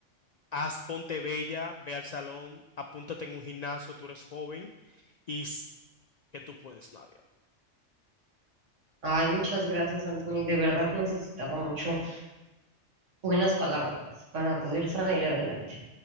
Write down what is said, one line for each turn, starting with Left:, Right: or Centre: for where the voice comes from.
Left: haz, ponte bella, ve al salón, apúntate en un gimnasio, tú eres joven y s- que tú puedes, Nadia.
Right: Ay, muchas gracias, Anthony. De verdad necesitaba mucho buenas palabras para poder salir adelante.